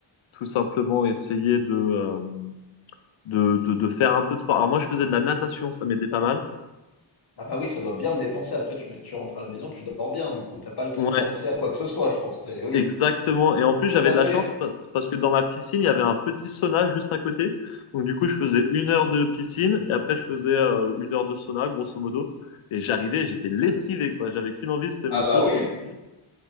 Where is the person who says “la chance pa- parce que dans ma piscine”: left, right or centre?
Left